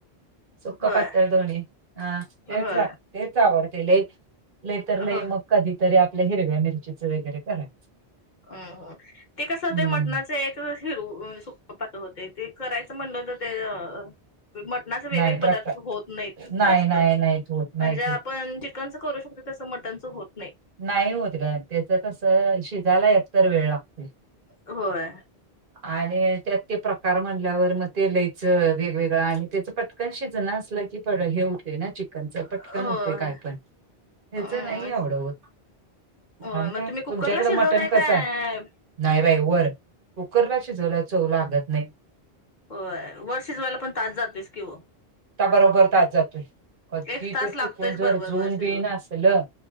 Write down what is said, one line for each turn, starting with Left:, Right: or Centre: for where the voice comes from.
Right: सुक
Left: होय
Right: पातळ दोन्ही अ तेच
Left: होय
Right: लाग तेच आवडते लई लई तर लई
Left: हो
Right: मग कधीतरी आपल्या हिरव्या मिरचीचं वगैरे करायचं.
Left: अम ते कसं होतंय
Right: हम्म
Left: मटणाचं एक. त हिरू सुकु पातळ होते ते करायचं म्हणलं तर ते अ मट मटन वेगवेगळे
Right: नाही प्रकार
Left: पदार्थ होत नाही
Right: नाही
Left: जास्त
Right: नाही नाहीत होत नाहीत
Left: म्हणजे आपण
Right: होत
Left: ची चिकनचं करू शकतो तसं मटनचं होत नाही.
Right: नाही होत ग त्याच कसं शिजायला एकतर वेळ लागते.
Left: होय.
Right: आणि त्यात ते प्रकार म्हणल्यावर मग ते लईचं वेगवेगळं आणि त्याच पट क शीजण असलं की प हे होते ना ची कच पटकन
Left: होय
Right: होते काय पण ह्याच
Left: अ
Right: नाही आवड होत.
Left: होय
Right: आणि
Left: मग तुम्ही कुकरला
Right: तुमच्याकडं
Left: शिजवताय
Right: मटण कस
Left: काय
Right: नाही बाई वर. कुकरला शिजवला चोव लागत नाहीत.
Left: हो वर शिजवायला पण तास जातोस किं वा.
Right: त्या बरोबर तास जातोय कधी
Left: एक तास
Right: तर
Left: लागतोयच
Right: चुकून जर
Left: बरोबर
Right: जुन
Left: वर शिजवत.
Right: बि न असल.